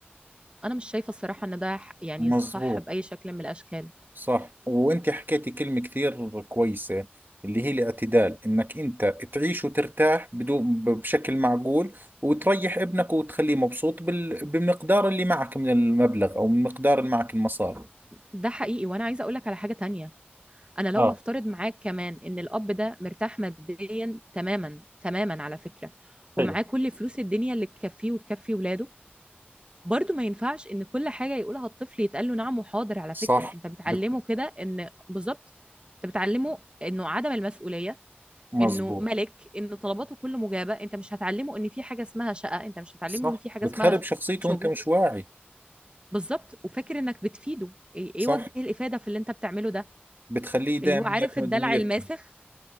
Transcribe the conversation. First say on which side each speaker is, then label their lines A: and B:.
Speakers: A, on the right (about 25°); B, on the right (about 55°).
A: انا مش شايفة الصراحة ان ده ح- يعني
B: مزبوط
A: صح بأي شكل من الاشكال
B: صح وانت حكيتي كلمة كثير كويسة اللي هي الاعتدال انك انت تعيش وترتاح بدون ب- بشكل معقول وتريح ابنك وتخليه مبسوط بال... بمقدار اللي معك من المبلغ او من مقدار اللي معك المصاري
A: ده حقيقي وانا عايزة اقولك على حاجة تانية انا لو
B: اه
A: هفترض معاك كمان ان الاب ده مرتاح ماديا تماما تماما على فكرة ومعاه
B: حلو
A: كل فلوس الدنيا اللي تكفيه وتكفي ولاده برضه ما ينفعش ان كل حاجة يقولها الطفل يتقال له نعم وحاضر على
B: صح
A: فكرة انت بتعلمه
B: بت...
A: كده ان بالظبط انت بتعلمه انه عدم المسؤولية
B: مزبوط
A: انه ملك ان طلباته كله مجابة انت مش هتعلمه ان في حاجة اسمها شقة انت مش هتعلمه
B: صح
A: ان في حاجة
B: بتخرب
A: اسمها
B: شخصيته
A: شغل
B: وانت مش واعي
A: بالظبط وفاكر انك بتفيده ايه إيه
B: صح
A: وجه الافادة في اللي انت بتعمله ده
B: بتخليه دائما
A: اللي هو عارف
B: يعتمد
A: الدلع
B: انه يركن
A: الماسخ